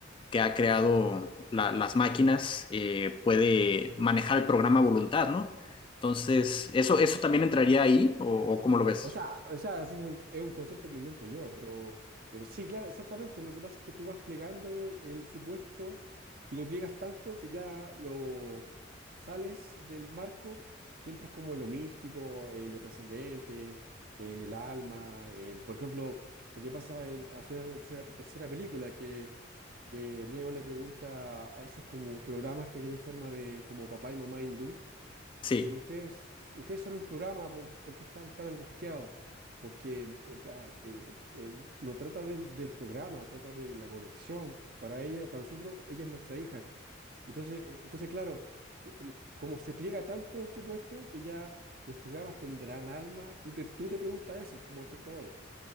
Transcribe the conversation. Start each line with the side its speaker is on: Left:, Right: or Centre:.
Left: que ha creado la, las máquinas, eh, puede manejar el programa a voluntad, ¿no? Entonces, ¿eso, eso también entraría ahí o, o cómo lo ves?
Right: O sea, o sea, así se- es un concepto que invento yo, pero, pero sí, claro, exactamente. Lo que pasa es que tú vas plegando el supuesto y lo pliegas tanto que ya lo sales del marco y entras como en lo místico, en lo trascendente, en el alma, en, por ejemplo, lo que pasa en, al final de la tercera, tercera película, que Neo le pregunta a esos como programas que tienen forma de como papá y mamá hindú,
Left: Sí.
Right: pero ustedes, ustedes son un programa, ¿por, por qué están tan angustiados? Porque o sea, eh, eh, no trata de- del programa, trata de la conexión. Para ella, para nosotros, ella es nuestra hija. Entonces, eh, entonces claro, t- el- como se pliega tanto el supuesto que ya los programas tendrán alma, tú te, tú te preguntas eso como espectador.